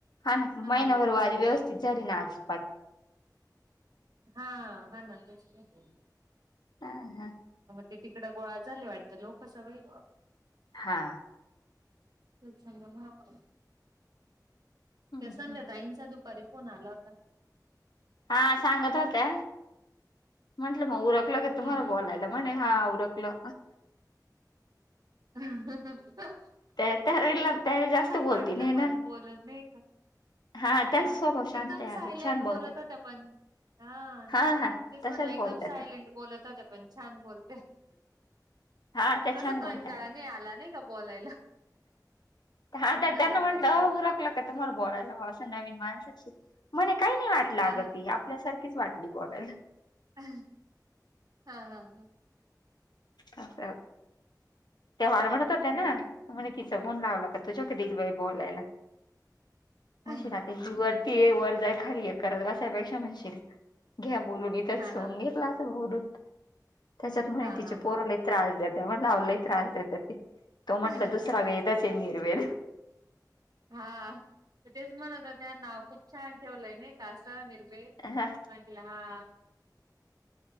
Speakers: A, on the left (about 75°); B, on the right (about 65°).
A: हा ना महिनाभर
B: निघायच्या
A: वारी
B: वेळेसच
A: व्यवस्थित
B: नेमका
A: झाली ना आज
B: हा हा ना तेचं की,
A: हा
B: ते तिकडं गोळा झाले वाटतं, लोकं सगळी.
A: हां
B: तेच न म्हणुन.
A: हम्म
B: त्या संध्या
A: हम्म
B: ताईंचा दुपारी फोन आला होता.
A: हा सांगत होत्या- म्हटलं मग उरकला का तुम्हाला
B: हम्म
A: बोलायला, म्हणे हा उरकलं.
B: हम्म- <unintelligible>
A: <inaudible>
B: छान
A: बोलती
B: वाटलं
A: नाही ना
B: पण बोलून नाही का-
A: हा त्यांचा
B: हां
A: स्वभाव शांत
B: एकदम
A: आहे
B: सायलेंट
A: अगं छान बोलतात
B: बोलत होत्या पण- हा
A: हा हा
B: तेच
A: तशाच
B: म्हटलं एकदम
A: बोलतात
B: सायलेंट
A: त्या
B: बोलत होत्या. पण छान बोलते
A: हा त्या
B: असं
A: छान
B: कंटाळा
A: बोलतात अगं.
B: नाही आला नाही का बोलायला.
A: हा त्यांना
B: नवीन
A: म्हटलं
B: असून पण
A: उरकलं- त्यांच्यासोबत बोलायला असं नवीन माणसाशी, मले काही नाही वाटलं
B: हा
A: अगं ती आपल्यासारखी- तिचं वाटली बोलायला.
B: हा हा हा-
A: अ त्या मार म्हणत होत्या
B: हम्म
A: ना म्हणे तिचं मन लावला का तुझ्या कडे ईल बाई बोलायला म्हणती
B: हा
A: ना त्यांचा वरती- हे वर जा खाली ये करत बसायपेक्षा म्हणशील घ्या बोलून इथच
B: हा
A: म्हणून घेतला <unintelligible> त्याच्यात म्हणे
B: हा
A: तिचे
B: हा हा
A: पोरं लई त्रास देताय म्हटलं अहो लई त्रास देत्याती तो
B: हा
A: म्हंटलं दुसरा वेदाचे निर्वेद
B: हा तेच म्हणत होत्या खूप छान ठेवलंय नाही का असं नी वेद
A: हा
B: म्हटलं हा